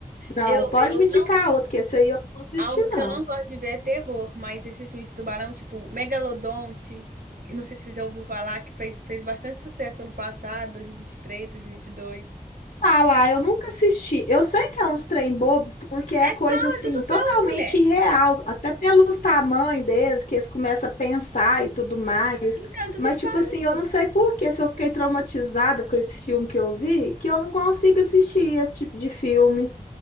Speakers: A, on the left; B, on the right.
A: Não,
B: eu,
A: pode
B: eu
A: me indicar
B: não.
A: outro, que esse aí eu não vou assistir,
B: Algo que
A: não.
B: eu não gosto de ver é terror, mas esses filmes de tubarão, tipo Megalodonte, e não sei se você já ouviu falar, que fez, fez bastante sucesso ano passado, 2023, 2022.
A: falar, eu nunca assisti. Eu sei que é uns trem bobo, porque é
B: É falso,
A: coisa assim,
B: é tudo
A: totalmente
B: falso, mulher.
A: irreal, até pelos tamanhos deles, que eles começam a pensar e tudo mais.
B: Então, é tudo
A: Mas,
B: falso.
A: tipo assim, eu não sei por que, se eu fiquei traumatizada com esse filme que eu vi, que eu não consigo assistir esse tipo de filme.